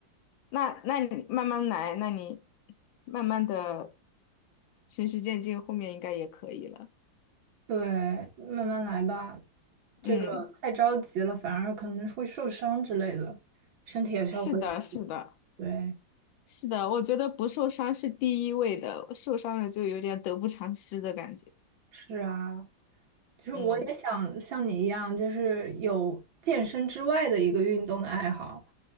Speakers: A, on the left; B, on the right.
A: 那那你慢慢来，那你慢慢的循序渐进，后面应该也可以了。
B: 对，慢慢来吧，这个太着急了，
A: 嗯，
B: 反而可能会受伤之类的，身体也需要恢复。
A: 是的，是的，
B: 对，
A: 是的，我觉得不受伤是第一位的，受伤了就有点得不偿失的感觉。
B: 是啊，其实我也想像你一样，
A: 嗯，
B: 就是有健身之外的一个运动的爱好，